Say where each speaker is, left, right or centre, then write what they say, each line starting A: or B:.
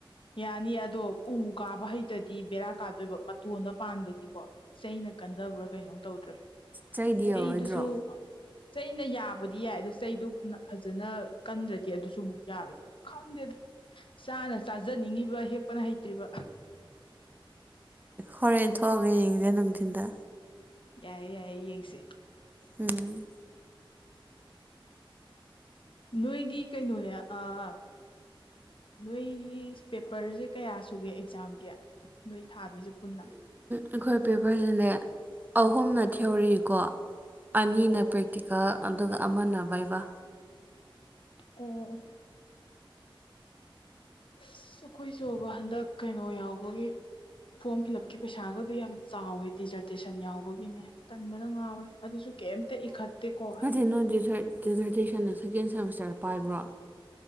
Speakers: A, on the left (about 70°); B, on the right (about 20°).
A: ꯌꯥꯅꯤ ꯑꯗꯣ ꯎ ꯀꯥꯕ ꯍꯩꯇ꯭ꯔꯗꯤ ꯕꯦꯔꯥ ꯀꯥꯗꯣꯏꯕ ꯃꯇꯣꯟꯗ ꯄꯥꯟꯕꯒꯤꯀꯣ ꯆꯩꯅ ꯀꯟꯗꯕ꯭ꯔꯥ ꯀꯩꯅꯣꯝ ꯇꯧꯗ꯭ꯔꯦ
B: ꯆꯩꯗꯤ
A: ꯆꯩꯗꯨꯁꯨ
B: ꯌꯧꯔꯣꯏꯗ꯭ꯔꯣ
A: ꯑ ꯆꯩꯅ ꯌꯥꯕꯨꯗꯤ ꯌꯥꯏ ꯑꯗꯣ ꯆꯩꯗꯨꯅ ꯐꯖꯅ ꯀꯟꯗ꯭ꯔꯗꯤ ꯑꯗꯨꯁꯨ ꯑꯃꯨꯛ ꯌꯥꯔꯣꯏꯗꯣꯏꯕ ꯈꯪꯗꯦ ꯑꯗꯨꯝ ꯆꯥꯅ ꯆꯥꯖꯅꯤꯡꯉꯤꯕ ꯍꯦꯛꯄꯅ ꯍꯩꯇ꯭ꯔꯤꯕ
B: ꯍꯣꯔꯦꯟ ꯊꯣꯛꯑꯒ ꯌꯦꯡꯁꯦ ꯅꯨꯡꯊꯤꯟꯗ
A: ꯌꯥꯏꯌꯦ ꯌꯥꯏꯌꯦ ꯌꯦꯡꯁꯦ
B: ꯎꯝ
A: ꯅꯣꯏꯒꯤ ꯀꯩꯅꯣꯅꯦ ꯑꯥ ꯅꯣꯏꯒꯤ ꯄꯦꯄꯔꯁꯦ ꯀꯌꯥ ꯁꯨꯒꯦ ꯑꯦꯛꯖꯥꯝꯒꯤ ꯅꯣꯏ ꯊꯥꯗꯣꯏꯁꯦ ꯄꯨꯟꯅ
B: ꯑꯩꯈꯣꯏ ꯄꯦꯄꯔꯁꯤꯅꯦ ꯑꯍꯨꯝꯅ ꯊꯤꯔꯣꯀꯣ ꯑꯅꯤꯅ
A: ꯑꯣ
B: ꯄ꯭ꯔꯦꯛꯇꯤꯀꯜ
A: ꯑꯣ
B: ꯑꯗꯨꯒ ꯑꯃꯅ ꯕꯥꯏꯚ
A: ꯑꯣ ꯑꯁ ꯑꯩꯈꯣꯏꯁꯨꯕ ꯍꯟꯗꯛ ꯀꯩꯅꯣ ꯌꯥꯎꯕꯒꯤ ꯐꯣꯔꯝ ꯐꯤꯜ ꯑꯞꯀꯤ ꯄꯩꯁꯥꯒꯗꯨ ꯌꯥꯝꯅ ꯆꯥꯎꯋꯦ ꯗꯤꯖꯔꯇꯦꯁꯟ ꯌꯥꯎꯕꯒꯤꯅꯦ ꯇꯟꯕꯗ ꯉꯥꯎꯔꯦ ꯑꯗꯨꯁꯨ ꯀꯩꯝꯇ ꯏꯈꯠꯇꯦꯀꯣ
B: <unintelligible> ꯗꯤꯖꯔꯇꯦꯁꯟꯗ ꯁꯦꯀꯦꯟ ꯁꯦꯃꯤꯁꯇꯔꯗ ꯄꯥꯏꯕ꯭ꯔꯣ